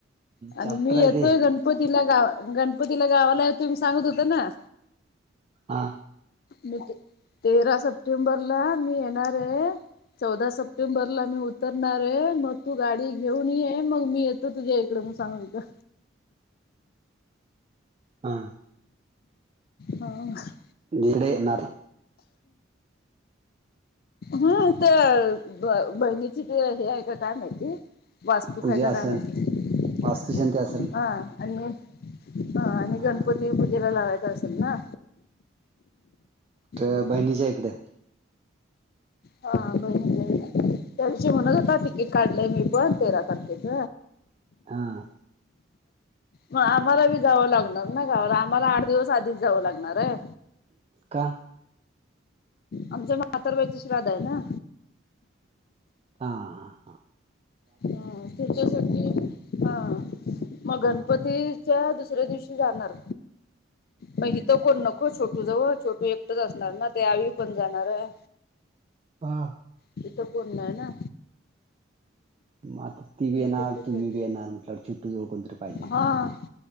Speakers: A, on the left; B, on the right.
A: आणि
B: चॅप्टर
A: मी
B: आहे
A: येतोय
B: ते
A: गण पतीला गा गणपतीला गावाला तुम्ही सांगत होत ना
B: हा
A: मी ते तेरा सप्टेंबरला मी येणार आहे चौदा सप्टेंबर ला मी उतरणार आहे मग तू गाडी घेऊन ये मग मी य त तुझ्या इकडें म्हणून सांगत हुत
B: हा
A: हा. <unintelligible>
B: इकडं येणार?
A: हा ते ब बहिणीची ते हे आहे का काय माहितीय वास्तूक
B: पूजा
A: हाय का
B: असल
A: काय माहिती
B: वास्तुशांती असल
A: हा आणि हा आणि
B: हा
A: गणपती पूजेला लावायचा असेल ना
B: त्या
A: मग
B: बहिणीच्या इकडे.
A: हा बहीणच्या हिकडं, त्या दिवशी म्हणत होता तिकीट काढलंय मी पण तेरा तारखेच
B: हा.
A: मग आम्हाला बी जावं लागणार ना गावाला आम्हाला आठ दिवस आधीच जावं लागणार आहे.
B: का?
A: आमच्या म्हातार वैती श्राध आहे ना.
B: हा हां हां.
A: हा त्याच्यासाठी हा मग गणपती
B: हा हा
A: च्या दुसऱ्या दिवशी जाणार म हीत कोण नको छोटू जवळ छोटू एक असणार ना ते आवी पण जाणार आहे.
B: बा
A: हिथ कोण नाय ना.
B: मग आता ती बी येणार
A: त्याच्यासाठी
B: तुम्ही बी येणार र छोटी जवळ कोणतरी पाहिजे
A: हा
B: की.